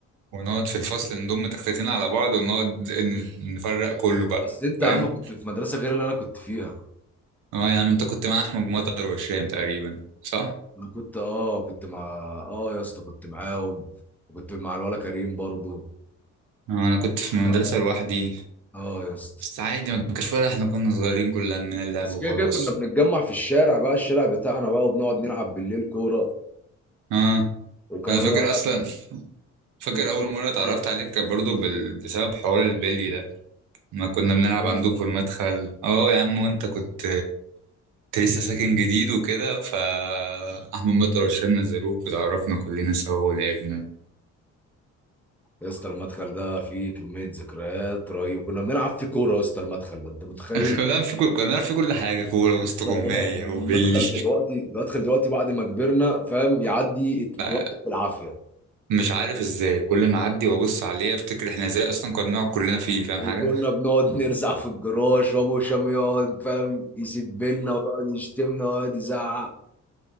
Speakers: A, on the right; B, in the centre.
A: ونقعد في الفصل نضم تختتين على بعض ونقعد ن- نفرق كله بقى
B: بس انت
A: فاهم
B: يا عم كنت في مدرسه غير اللي انا كنت فيها
A: اه يا عم انت كنت مع احمد مطر وهشام تقريبا صح؟
B: انا كنت اه كنت مع اه يا اسطى كنت معاهم كنت مع الولا كريم برضو
A: اه انا كنت في
B: أنا
A: المدرسة
B: بقى-
A: لوحدي
B: اه يا اسطى
A: بس عادي ما كانش فارق احنا كنا صغيرين كل همنا اللعب
B: بس
A: وخلاص
B: كده كده كنا بنتجمع في الشارع بقى الشارع بتاعنا بقى وبنقعد نلعب بالليل كورة
A: اه
B: وكانوا
A: انا فاكر اصلا فاكر
B: وكان-
A: اول مرة اتعرفت
B: ايه ده
A: عليك كان برضه بال... بسبب حوار البلي ده ما كنا بنلعب
B: آه والله
A: عندك في المدخل اه يا عم وانت كنت كنت لسه ساكن جديد وكده ف احمد مطر وهشام نزلوك وتعرفنا كلنا سوا ولعبنا
B: يا اسطى المدخل ده فيه كمية ذكريات رهيبة كنا بنلعب فيه كورة يا اسطى المدخل ده انت متخيل
A: <laughs> كنا بنعرف في كل كنا بنعرف في كل حاجة كورة واستغماية
B: يا اسطى اه يعني
A: وبلي
B: المدخل دلوقتي المدخل دلوقتي بعد ما كبرنا فاهم يعدي ات-
A: <laughs>
B: وقت بالعافية
A: مش عارف ازاي كل ما اعدي وابص عليه افتكر احنا ازاي اصلا كنا بنقعد كلنا فيه فاهم
B: وكنا
A: حاجه <laughs>
B: بنقعد نرزع في الجراج وابو هشام يقعد فاهم يسبلنا ويقعد يشتمنا ويقعد يزعق